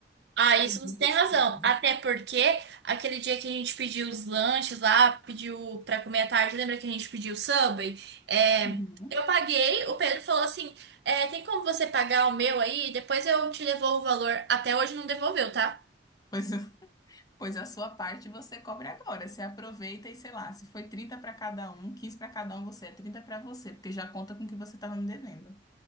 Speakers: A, on the right; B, on the left.
A: Ah, isso
B: Não tem
A: você
B: Desculpa.
A: tem razão. Até porque aquele dia que a gente pediu os lanches lá, pediu pra comer à tarde, lembra que a gente pediu o Subway? É,
B: Uhum.
A: eu paguei, o Pedro falou assim: é, tem como você pagar o meu aí? Depois eu te devolvo o valor. Até hoje não devolveu, tá?
B: Pois Pois a sua parte você cobre agora. Você aproveita e sei lá, se foi 30 para cada um, 15 para cada um, você é 30 para você, porque já conta com o que você estava me devendo.